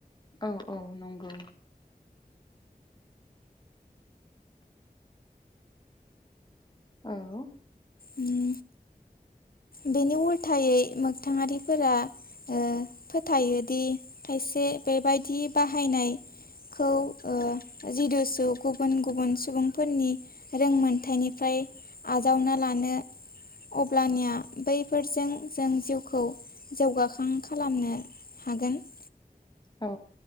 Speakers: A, on the left; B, on the left.
A: औ औ नंगौ। औ
B: उम बेनि उल्थायै मोगथाङारिफोरा ओ फोथायो दि खायसे से बेबायदि बाहायनाय खौ ओ जिदुसु गुबुन गुबुन सुबुंफोरनि रोंमोनथाइनिफ्राय आजावना लानो अब्लानिया बैफोरजों जों जिउखौ जौगाखां खालामनो हागोन। <inaudible>
A: औ